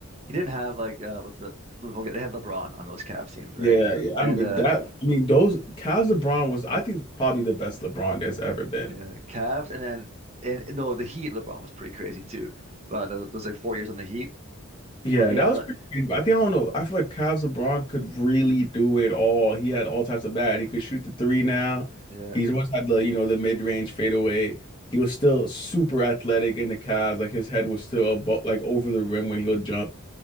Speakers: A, on the right (about 30°); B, on the left (about 25°).
A: he didn't have like uh what's the okay, they had LeBron on those Cavs teams, right?
B: Yeah, yeah. I
A: And
B: mean
A: uh
B: that. I mean those Cavs LeBron was I think probably the best LeBron there's ever been.
A: yeah, Cavs and then and and no the Heat LeBron was pretty crazy too. But th- those like four years on the Heat.
B: Yeah,
A: But yeah,
B: that was
A: le-
B: pretty good. I think I don't know. I feel like Cavs LeBron could really do it all. He had all types of bad. He could shoot the three now.
A: yeah.
B: He's always had the, you know, the mid-range fadeaway. He was still super athletic in the Cavs. Like his head was still above, like over the rim when he would jump.